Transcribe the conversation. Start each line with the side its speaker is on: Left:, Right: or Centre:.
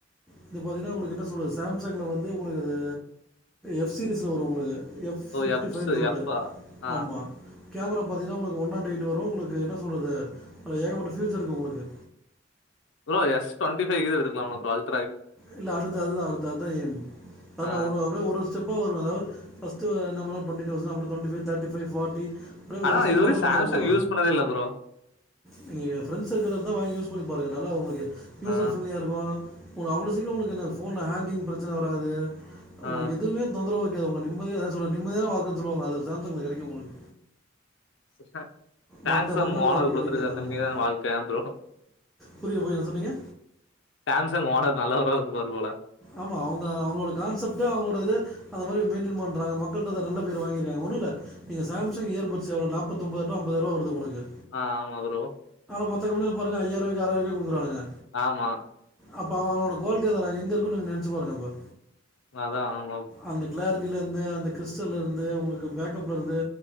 Centre: இது பாத்தீங்கன்னா உங்களுக்கு என்ன சொல்றது சாம்சங்ல வந்து உங்களுக்கு அது எப் சீரிஸ்ல வரு உங்களுக்கு எஃப்
Left: ஓ
Centre: ஃபிப்டி
Left: எஃப்ஸ்
Centre: ஃபைனு சொல்ட்டு
Left: எஃப்பா ஆ
Centre: ஆமா கேமரா பாத்தீங்கன்னா உங்களுக்கு ஒன் நாட் எயிட் வரும் உங்களுக்கு என்ன சொல்றது ஏகப்பட்ட ஃபியூச்சர் இருக்கு உங்களுக்கு
Left: ப்ரோ எக்ஸ் ட்டுவன்டிஃபைவ்கீது எடுக்கலாமா ப்ரோ அல்
Centre: இல்ல அடுத்து அதுதா அடுத்து அதா ஏம் ஆனா
Left: ஆ
Centre: ஒரு அப்டே ஒரு ஸ்டெப்பா வரு அதாவு ஃபஸ்ட்டு என்ன பண்ண டொண்டி தௌச அப்பற டொன்ட்டி ஃபை தேட்டி ஃபை ஃபாட்டி அப்டிய
Left: ஆனா
Centre: ஒரு ஸ்டெப்பா
Left: இதுவரையு
Centre: அப்டி
Left: சாம்சங்
Centre: மேல போவ
Left: யூஸ் பண்ணதே இல்ல ப்ரோ
Centre: நீங்க ஏ ஃப்ரண்ட்ஸ் சர்க்கள்லருந்தா வாங்கி யூஸ் பண்ணி பாருங்க நல்லா உங்ளுக்கு யூசர்
Left: ஆ
Centre: ஃப்ரெண்ட்லியா இருக்கு <unintelligible> அவ்ள சீக் கிரொ ஒங்களுக்கு இந்த ஃபோன்ல ஹேங்கிங் பிரச்சன வராது
Left: ஆ
Centre: உங்களுக்கு எதுவுமே தொந்தரவு ஒங்க நிம்மதியா அதா சொல்ற நிம்மதியான வாழ்க்கன் சொல்லுவாங்கல அது ஸாம்ஸங்கல கெடைக்கு உங்களுக்கு
Left: <unintelligible> சாம்சங்
Centre: மற்ற மொபைலில்
Left: ஓனர்
Centre: அப்படி
Left: குடுத்துருக்காரு
Centre: கிடைக்காது
Left: நிம்மதியான
Centre: ஆமாம்
Left: வாழ்க்க ஏம் ப்ரோ
Centre: புரியல போய் என்ன சொன்னீங்க
Left: சாம்சங் ஓனர் நல்லவரா இருந்துப்பாரு போல
Centre: ஆமா அவுங்க அவுங்ளோட கான்செப்ட்டு அவுங்ளோட இது அந்த மாரி மெயின்டென் பண்றாங்க மக்கள்ட்ட அதா நல்ல பேர் வாங்கிர்காங்க ஒன்னுல்ல இங்க சாம்சங் இயர்பட்ஸ் எவ்ளொ நாப்பத்தொம்பது டூ அம்பதாயருவா வருது உங்களுக்கு
Left: ஆ ஆமா‌ ப்ரோ
Centre: மத்த கம்பெனில பாருங்க ஐயாருவாய்க்கொ ஆறாய்றவாய்க்கோ குடுக்குறானுங்க
Left: ஆமா
Centre: அப்ப அவ அவனோட குவாலிட்டி அதாதா எங்க இருக்குன்னு நென்ச்சு பாருங்க அப்ப
Left: அதா ஆ
Centre: அந்த க்ளாரி ட்டிலெந்து அந்த கிறிஸ்டல்லெர்ந்து உங்களுக்கு பேக்கப்லெர்ந்து